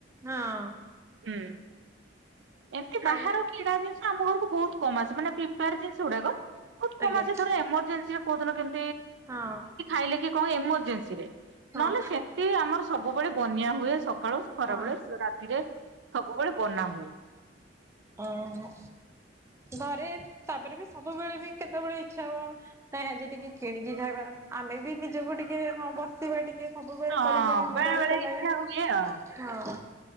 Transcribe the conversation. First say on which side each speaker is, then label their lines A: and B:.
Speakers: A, on the right; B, on the right.
A: ହଁ।
B: ହୁଁ ଏମିତି
A: ଖାଇ
B: ବାହାର କିଣା ଜିନିଷ ଆମ ଘରକୁ ବହୁତ କମ୍ ଆସେ ମାନେ ଫ୍ଲିପ୍ କାର୍ଡ ଜିନିଷ ଗୁଡ଼ାକ ବହୁତ କମ୍
A: ଆଜ୍ଞା
B: ଆସେ ଥରେ ଏମୋର୍ଜିଂଶରେ କୋଉ ଦିନ କେମିତି।
A: ହଁ।
B: <unintelligible> କଣ ଏମର୍ଜେନ୍ସୀ ରେ
A: ହଁ
B: ନହେଲେ ସେମିତି ଆମର ସବୁବେଳ ବନ୍ୟା ହୁଏ। ସକାଳୁ ଖରାବେଳେ
A: ହଁ
B: ରାତିରେ ସବୁବେଳେ ବନା ହୁଏ।
A: ଆଉ ଘରେ ତାପରେ ବି ସବୁବେଳେ ବି କେତେବେଳେ ଇଚ୍ଛା ହୁଏ ନାଇ ଆଜି ଟିକେ କିଣିକି ଖାଇବା। ଆମେ ବି ନିଜକୁ ଟିକେ ହଁ ବସିବା ଟିକେ ସବୁବେଳେ
B: ହଁ
A: କରି କରି
B: ବେଳେ
A: ବିରକ୍ତ
B: ବେଳେ
A: ଲାଗେ।
B: ଇଚ୍ଛା ହୁଏ ଆଉ
A: ହଁ